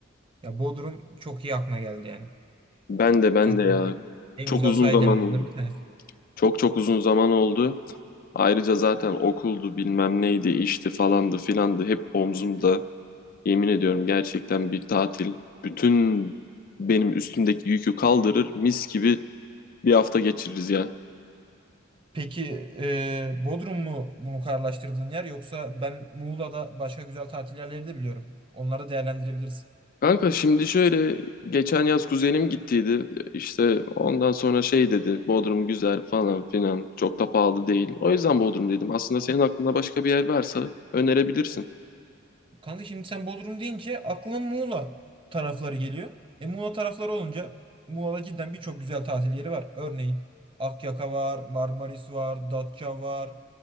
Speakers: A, on the right; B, on the left.
A: Ya Bodrum çok iyi aklına geldi yani.
B: Ben de ben
A: Türkiye'nin
B: de ya.
A: en
B: Çok
A: güzel
B: uzun
A: sahil
B: zaman
A: yerlerinden
B: oldu.
A: bir tanesi.
B: Çok çok uzun zaman oldu. Ayrıca zaten okuldu bilmem neydi işti falandı filandı hep omzumda. Yemin ediyorum gerçekten bir tatil bütün benim üstümdeki yükü kaldırır mis gibi bir hafta geçiririz ya.
A: Peki e, Bodrum mu bunu kararlaştırdığın yer yoksa ben Muğla'da başka güzel tatil yerleri de biliyorum. Onları değerlendirebiliriz.
B: Kanka şimdi şöyle geçen yaz kuzenim gittiydi işte ondan sonra şey dedi Bodrum güzel falan filan çok da pahalı değil. O yüzden Bodrum dedim aslında senin aklında başka bir yer varsa önerebilirsin.
A: Kanka şimdi sen Bodrum deyince aklıma Muğla tarafları geliyor. E Muğla tarafları olunca Muğla'da cidden birçok güzel tatil yeri var. Örneğin Akyaka var, Marmaris var, Datça var,